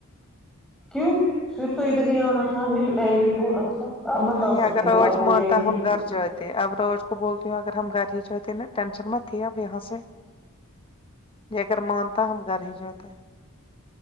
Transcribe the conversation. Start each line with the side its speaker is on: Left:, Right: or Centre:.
Centre: کیوں پھر تو ادھر ہی آنا تھا ہم نے تو پہلے ہی بولا تھا- آپ مت
Left: نہیں
Centre: آ سکتے
Left: اگر
Centre: ہو
Left: راچ
Centre: آپ ہو
Left: مانتا
Centre: جائیں
Left: ہم
Centre: گے
Left: ہم گھر جاتد- اب روج کو بولتی ہوں اگر ہم گھر ہی چتےے نا ٹینشن م تھی اب یہاں سے- ج اگر مانتا ہم گھر ہی جات ہیں-